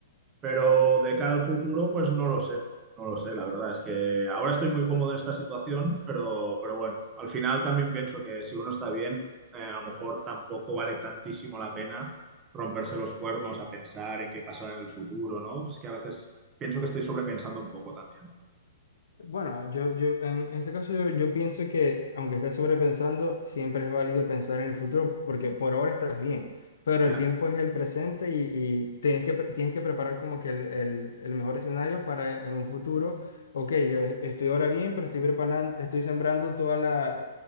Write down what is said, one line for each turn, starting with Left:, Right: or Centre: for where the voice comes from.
Right: Pero de cara al futuro, pues no lo sé. No lo sé, la verdad es que ahora estoy muy cómodo en esta situación, pero, pero bueno, al final también pienso que si uno está bien, eh, a lo mejor tampoco vale tantísimo la pena romperse los cuernos a pensar en qué pasará en el futuro, ¿no? Es que a veces pienso que estoy sobrepensando un poco también.
Left: Bueno, yo, yo en, en este caso yo, yo pienso que aunque estés sobrepensando, siempre es válido pensar en el futuro porque por ahora estás bien, pero
Right: Ya,
Left: el tiempo es el presente y, y tienes que, pre- tienes que preparar como que el, el- el mejor escenario para en, en un futuro, ok, yo es- estoy ahora bien, pero estoy preparando, estoy sembrando toda la,